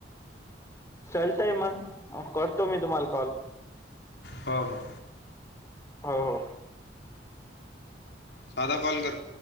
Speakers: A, on the left (about 15°); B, on the left (about 70°).
A: चालतय मग करतो मी तुम्हाला कॉल.
B: हो हो
A: हो हो
B: साधा कॉल कर